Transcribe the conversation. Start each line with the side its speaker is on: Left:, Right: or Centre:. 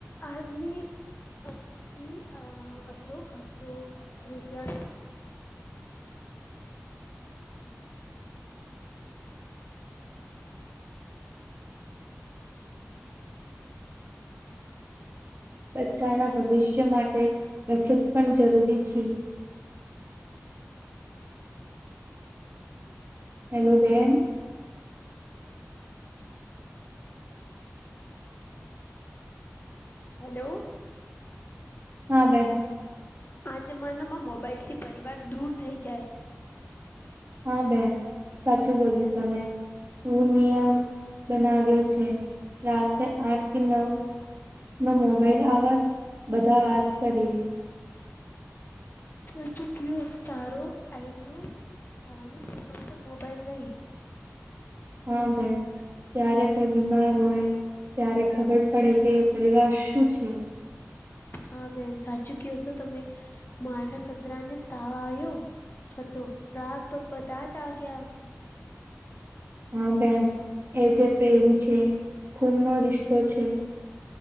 Left: આદમી અ ની અ અત્રરો ખર્ચો રૂપિયાનો
Right: બચ્ચાના ભવિષ્ય માટે બચત પણ જરૂરી છે હેલો બેન
Left: હલો
Right: હા બેન
Left: આ જમાનામાં મોબાઈલથી પરિવાર દૂર થઈ જાય
Right: હા બેન સાચું બોલ્યું તમે હુ નિયમ બનાવ્યો છે રાત્રે આઠ થી નવ ન મોબાઈલ આવત બધા વાત કરીયે
Left: સચું કયો સારો આઈડિયો ખાવાનું ટેબલ પર મોબાઈલ નહીં
Right: હા બેન ત્યારે કોઈ બીમાર હોય ત્યારે ખબર પડે કે પરિવાર શું છે
Left: હા બેન સાચું કયો છો તમે મારા સસરાને તાવ આવ્યો હતો રાત પર બધા જ આવ ગયા
Right: હા બેન એ જે પ્રેમ છે ખૂન નો રિશ્તો છે